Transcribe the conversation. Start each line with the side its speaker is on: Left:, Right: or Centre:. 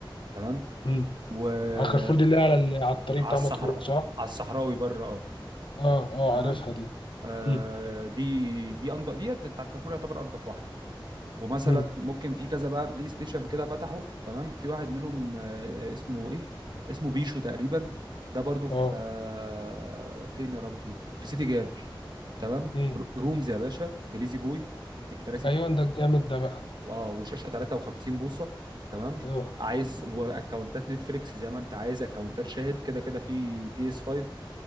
Right: تمام
Left: أمم.
Right: وعلى
Left: على كارفور دي اللي هي على ال- على الطريق بتاع
Right: الصحراء
Left: مطروح صح
Right: على الصحراوي بره اه
Left: اه اه
Right: تمام
Left: عارفها دي
Right: آه،
Left: امم
Right: دي دي انضف ديت بتاعت كارفور يعتبر انضف واحده ومثلا
Left: امم
Right: ممكن في كذا بقى بلاي ستيشن كده فتحوا تمام في واحد منهم آه، آه، اسمه ايه اسمه بيشو تقريبا ده برضو في
Left: اه
Right: آه، فين يا ربي في سيدي جابر تمام
Left: امم
Right: ر- رومز يا باشا بليزي بوي الكراسي
Left: ايوه
Right: بتاعت
Left: ده
Right: بليزي
Left: الجامد
Right: بوي
Left: ده بقى
Right: اه وشاشه 53 بوصه تمام
Left: ايوه
Right: عايز واكونتات نتفليكس زي ما انت عايز اكونتات شاهد كده كده في بي اس 5